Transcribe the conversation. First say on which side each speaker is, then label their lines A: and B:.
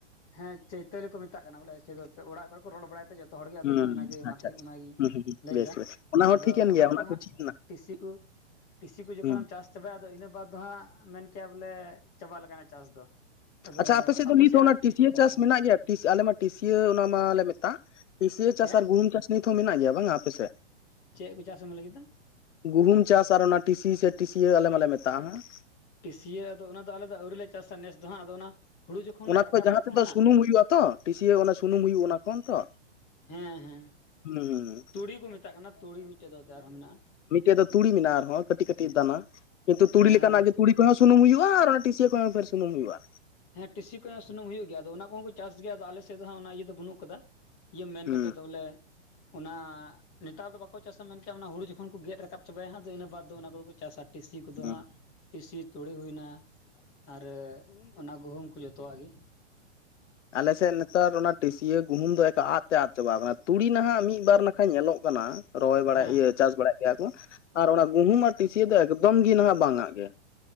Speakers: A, on the left; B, on the left.
A: ᱦᱮᱸ ᱪᱮᱫ? ᱥᱮᱛᱟᱜ ᱠᱟᱱᱟ ᱵᱚᱞᱮ ᱚᱲᱟᱜ ᱠᱚᱨᱮ ᱠᱚ ᱨᱚᱲ ᱵᱟᱲᱟᱭ ᱛᱮ ᱡᱚᱛᱚ ᱦᱚᱲ ᱜᱮ ᱟᱫᱚ
B: ᱦᱩᱸ
A: ᱤᱧ ᱚᱱᱟᱜᱮ ᱚᱱᱟᱛᱮ
B: ᱟᱪᱪᱷᱟ ᱟᱪᱪᱷᱟ
A: ᱚᱱᱟᱜᱤᱧ
B: ᱦᱩᱸ ᱦᱩᱸ
A: ᱞᱟᱹᱭᱮᱫᱟ
B: ᱵᱮᱥ ᱵᱮᱥ ᱚᱱᱟ ᱦᱚᱸ
A: ᱟᱫᱚ
B: ᱴᱷᱤᱠᱟᱹᱱ
A: ᱚᱱᱟ
B: ᱜᱮᱭᱟ
A: ᱠᱚ ᱦᱟᱸᱜ
B: ᱪᱮᱫ ᱨᱮᱱᱟᱜ
A: ᱴᱤᱥᱤ ᱠᱚ ᱴᱤᱥᱤ ᱠᱚ ᱡᱚᱠᱷᱚᱱᱮᱢ
B: ᱦᱩᱸ
A: ᱪᱟᱥ ᱪᱟᱵᱟᱭᱟ ᱟᱫᱚ ᱤᱱᱟᱹ ᱵᱟᱫᱽ ᱫᱚ ᱦᱟᱸᱜ ᱢᱮᱱ ᱠᱮᱭᱟ ᱵᱚᱞᱮ ᱪᱟᱵᱟ ᱠᱟᱱᱟ ᱪᱟᱥ ᱫᱚ ᱟᱫᱚ
B: ᱟᱪᱷᱟ ᱟᱯᱮ ᱥᱮᱫ ᱫᱚ ᱱᱤᱛ ᱦᱚᱸ ᱚᱱᱟ
A: ᱟᱨ ᱪᱮᱫ
B: ᱴᱤᱥᱤᱭ
A: ᱠᱚ ᱪᱟᱥᱟ
B: ᱪᱟᱥ ᱢᱮᱱᱟᱜ ᱜᱮᱭᱟ. ᱟᱞᱮ ᱢᱟ ᱴᱤᱥᱤᱭᱟ. ᱚᱱᱟ ᱢᱟᱞᱮ ᱢᱮᱛᱟᱜ ᱴᱤᱥᱤᱭ ᱪᱟᱥ
A: ᱪᱮᱫ
B: ᱟᱨ ᱜᱩᱦᱩᱢ ᱪᱟᱥ ᱱᱤᱛ ᱦᱚᱸ ᱢᱮᱱᱟᱜ ᱜᱮᱭᱟ ᱵᱟᱝᱟ ᱟᱯᱮᱥᱮᱫ?
A: ᱪᱮᱫ ᱠᱚ ᱪᱟᱥ ᱮᱢ ᱞᱟᱹᱭ ᱠᱮᱫᱟ?
B: ᱜᱩᱦᱩᱢ ᱪᱟᱥ ᱟᱨ ᱚᱱᱟ ᱴᱤᱥᱤ ᱥᱮ ᱴᱤᱥᱤ ᱟᱞᱮ ᱢᱟᱞᱮ ᱢᱮᱛᱟᱜᱼᱟ ᱦᱟᱸᱜ
A: ᱴᱤᱥᱭᱟ. ᱟᱫᱚ ᱚᱱᱟᱫᱚ ᱟᱞᱮ ᱫᱚ ᱟᱹᱣᱨᱤ ᱞᱮ ᱪᱟᱥᱟ ᱱᱮᱥ ᱫᱚ ᱦᱟᱸᱜ ᱟᱫᱚ ᱚᱱᱟ ᱦᱩᱲᱩ ᱡᱚᱠᱷᱚᱱ ᱞᱮ
B: ᱚᱱᱟ
A: ᱨᱟᱠᱟᱵᱟ
B: ᱠᱚ ᱡᱟᱦᱟᱸ
A: ᱛᱚ
B: ᱛᱮᱫᱚ
A: ᱦᱟᱸᱜ
B: ᱥᱩᱱᱩᱢ ᱦᱩᱭᱩᱜ ᱟᱛᱚ ᱴᱤᱥᱤᱭᱟ. ᱚᱱᱟ ᱥᱩᱱᱩᱢ ᱦᱩᱭᱩᱜ ᱚᱱᱟ ᱠᱷᱚᱱ ᱛᱚ
A: ᱦᱮᱸ ᱦᱮᱸ
B: ᱦᱩᱸ ᱦᱩᱸ
A: ᱛᱩᱲᱤ ᱠᱚ ᱢᱮᱛᱟᱜ ᱠᱟᱱᱟ ᱛᱩᱲᱤ ᱢᱤᱫ ᱴᱮᱡ ᱫᱚ ᱟᱨᱦᱚᱸ ᱢᱮᱱᱟᱜᱼᱟ
B: ᱢᱤᱫ ᱴᱮᱡ ᱫᱚ ᱛᱩᱲᱤ ᱢᱮᱱᱟᱜᱼᱟ ᱟᱨᱦᱚᱸ ᱠᱟᱹᱴᱤᱡ ᱠᱟᱹᱴᱤᱡ ᱫᱟᱱᱟ ᱠᱤᱱᱛᱩ ᱛᱩᱲᱤ
A: ᱦᱮᱸ
B: ᱞᱮᱠᱟᱱᱟᱜ
A: ᱚᱱᱟ
B: ᱜᱮ ᱛᱩᱲᱤ ᱠᱷᱚᱱᱟᱜ ᱥᱩᱱᱩᱢ ᱦᱩᱭᱩᱜᱼᱟ ᱟᱨ ᱴᱤᱥᱤ ᱠᱷᱚᱱ ᱯᱷᱮᱨ ᱥᱩᱱᱩᱢ ᱦᱩᱭᱩᱜᱼᱟ
A: ᱦᱮᱸ ᱴᱤᱥᱤ ᱠᱚᱦ ᱥᱩᱱᱩᱢ ᱦᱩᱭᱩᱜ ᱜᱮᱭᱟ ᱟᱫᱚ ᱚᱱᱟ ᱠᱚᱦᱚᱸ ᱠᱚ ᱪᱟᱥ ᱜᱮᱭᱟ ᱟᱫᱚ ᱟᱞᱮᱥᱮᱫ ᱫᱚ ᱦᱟᱸᱜ ᱚᱱᱟ ᱤᱭᱟᱹ ᱫᱚ ᱵᱟᱹᱱᱩᱜ ᱟᱠᱟᱫᱟ ᱤᱭᱟᱹ ᱢᱮᱱ
B: ᱦᱩᱸ
A: ᱠᱟᱛᱮᱫ ᱫᱚ ᱵᱚᱞᱮ ᱚᱱᱟ ᱱᱮᱛᱟᱨ ᱫᱚ ᱵᱟᱠᱚ ᱪᱟᱥᱟ ᱢᱮᱱᱠᱷᱟᱱ ᱚᱱᱟ ᱦᱩᱲᱩ ᱡᱚᱠᱷᱚᱱ ᱠᱚ ᱜᱮᱫ ᱨᱟᱠᱟᱵᱽ ᱪᱟᱵᱟᱭᱟ ᱟᱫᱚ ᱤᱱᱟᱹ ᱵᱟᱫᱽ ᱫᱚ ᱚᱱᱟ ᱠᱚᱫᱚ ᱠᱚ ᱪᱟᱥᱟ ᱴᱤᱥᱤ ᱠᱚᱫᱚ
B: ᱦᱩᱸ
A: ᱦᱟᱸᱜ ᱴᱤᱥᱤ ᱛᱩᱲᱤ ᱦᱩᱭᱱᱟ ᱟᱨ ᱚᱱᱟ ᱜᱩᱦᱩᱢ ᱠᱚ ᱡᱚᱛᱚᱣᱟᱜ ᱜᱮ
B: ᱟᱞᱮᱥᱮᱫ ᱱᱮᱛᱟᱨ ᱚᱱᱟ ᱴᱤᱥᱤᱭᱟᱹ ᱜᱩᱦᱩᱢ ᱫᱚ ᱟᱫ ᱛᱮ ᱟᱫ ᱪᱟᱵᱟᱟᱣ ᱟᱠᱟᱱᱟ ᱛᱩᱲᱤ ᱱᱟᱦᱟᱜ ᱢᱤᱫᱵᱟᱨ ᱱᱟᱠᱷᱟ ᱧᱮᱞᱚᱜ ᱠᱟᱱᱟ ᱨᱚᱦᱚᱭ ᱵᱟᱲᱟᱭ
A: ᱦᱮᱸ
B: ᱪᱟᱥ ᱵᱟᱲᱟᱭ ᱜᱮᱭᱟ ᱠᱚ ᱟᱨ ᱚᱱᱟ ᱜᱩᱦᱩᱢ ᱢᱟᱴ ᱴᱤᱥᱤ ᱫᱚ ᱮᱠᱫᱚᱢ ᱜᱮ ᱱᱟᱦᱟᱜ ᱵᱟᱝ ᱟᱫ ᱜᱮ